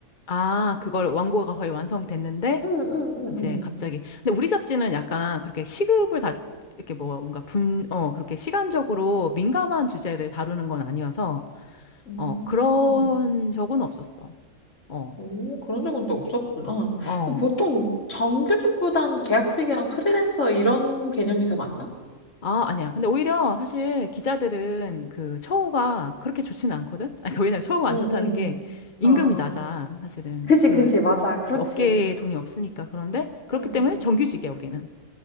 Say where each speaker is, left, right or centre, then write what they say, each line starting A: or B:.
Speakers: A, on the left (about 40°); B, on the left (about 70°).
A: 아, 그걸 완고가 거의 완성됐는데,
B: 응, 응,
A: 이제
B: 응,
A: 갑자기. 근데 우리 잡지는 약간 그렇게 시급을 다, 이렇게 뭐 뭔가 분, 어, 그렇게 시간적으로 민감한 주제를 다루는 건 아니어서,
B: 응.
A: 어, 그런 적은 없었어. 어,
B: 오, 그런 적은 또 없었구나.
A: 어.
B: 보통 정규직보단 계약직이랑 프리랜서 이런 개념이 더 많나?
A: 아, 아니야. 근데 오히려 사실 기자들은 그 처우가 그렇게 좋지는 않거든? 아니, 그러니까 왜냐면 처우가
B: 응,
A: 안 좋다는
B: 응.
A: 게 임금이
B: 어, 어.
A: 낮아, 사실은.
B: 그지,
A: 그,
B: 그지. 맞아. 그렇지.
A: 그 업계에 돈이 없으니까. 그런데 그렇기
B: 응,
A: 때문에
B: 응.
A: 정규직이야, 우리는.